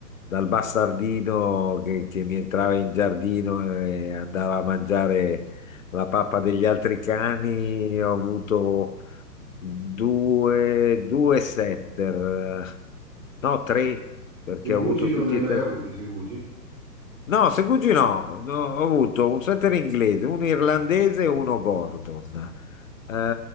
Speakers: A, on the left (about 50°); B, on the right (about 35°).
A: dal bastardino che, che mi entrava in giardino e andava a mangiare la pappa degli altri cani, ho avuto due, due setter, eh, no, tre, perché
B: segugi
A: ho avuto
B: non
A: tutti
B: ne hai
A: e
B: mai
A: tre.
B: avuti, segugi?
A: No, Segugi no, No, ho avuto un setter inglese, un irlandese e uno Gordon. Eh,